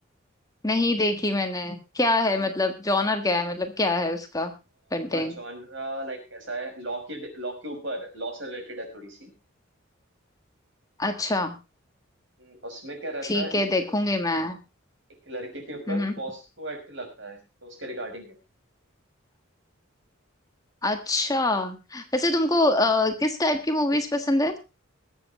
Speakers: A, on the left; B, on the right.
A: नहीं देखी मैंने क्या है
B: ओ
A: मतलब जॉनर क्या है मतलब क्या है उसका कंटेंट
B: जॉनरा लाइक कैसा है लॉ के लॉ के ऊपर लॉ से रिलेटेड है थोड़ी सी
A: अच्छा
B: हम्म, उसमें क्या रहता
A: ठीक
B: है एक
A: है देखूंगी मैं
B: एक लड़के के ऊपर
A: हम्म
B: पॉस्को एक्ट लगता है तो उसके रिगार्डिंग
A: अच्छा वैसे तुमको अ, किस टाइप की मूवीज पसंद है